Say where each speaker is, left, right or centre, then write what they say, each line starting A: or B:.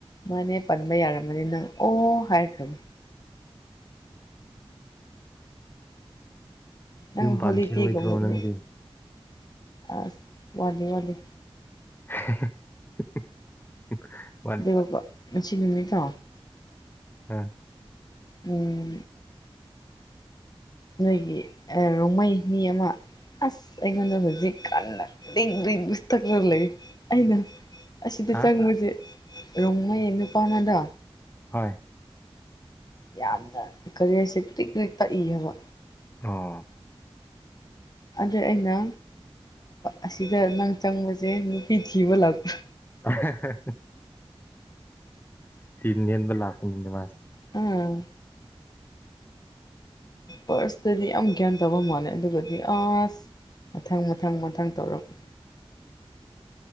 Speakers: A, on the left; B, on the left.
A: ꯃꯥꯅꯦ ꯄꯟꯕ ꯌꯥꯔꯝꯃꯗꯤ ꯅꯪ ꯑꯣ ꯍꯥꯏꯈ꯭ꯔꯥꯅꯤ ꯅꯪ
B: ꯌꯨꯝ ꯄꯥꯟꯈꯤꯔꯣꯏꯗ꯭ꯔꯣ
A: ꯍꯣꯂꯤꯗꯦꯒꯨꯝꯗꯤ
B: ꯅꯪꯗꯤ
A: ꯑꯁ ꯋꯥꯗꯦ ꯋꯥꯗꯦ
B: <unintelligible>
A: ꯑꯗꯨꯒꯀꯣ ꯉꯁꯤ ꯅꯨꯃꯤꯠꯇꯣ
B: ꯑꯥ
A: ꯎꯝ ꯅꯣꯏꯒꯤ ꯑꯥ ꯔꯣꯡꯃꯩ ꯃꯤ ꯑꯃ ꯑꯁ ꯑꯩꯉꯣꯟꯗ ꯍꯨꯖꯤꯛ ꯀꯥꯟꯅ <unintelligible> ꯇꯛꯂꯒ ꯂꯩ ꯑꯩꯅ ꯑꯁꯤꯗ
B: ꯍꯥ
A: ꯆꯪꯕꯖꯦ ꯔꯣꯡꯃꯩ ꯅꯨꯄꯥꯅꯗꯣ
B: ꯍꯣꯏ
A: ꯌꯥꯝꯅ ꯀꯔꯤ ꯍꯥꯏꯁꯦ ꯀ꯭ꯔꯤꯛ ꯀ꯭ꯔꯤꯛ ꯇꯛꯏ ꯍꯥꯏꯕ
B: ꯑꯣ
A: ꯑꯗ ꯑꯩꯅ ꯑꯁꯤꯗ ꯅꯪ ꯆꯪꯕꯁꯦ ꯅꯨꯄꯤ ꯊꯤꯕ ꯂꯥꯛꯄ
B: <unintelligible> ꯗꯤꯟ ꯂꯦꯟꯕꯥ ꯂꯥꯛꯄꯅꯤꯗ ꯃꯥꯁꯦ
A: ꯑꯥ ꯐꯥꯔꯁꯇꯗꯤ ꯌꯥꯝ ꯒ꯭ꯌꯥꯟ ꯇꯥꯕ ꯃꯥꯜꯂꯦ ꯑꯗꯨꯒꯗꯤ ꯑꯁ ꯃꯊꯪ ꯃꯊꯪ ꯃꯊꯪ ꯇꯧꯔꯛꯄ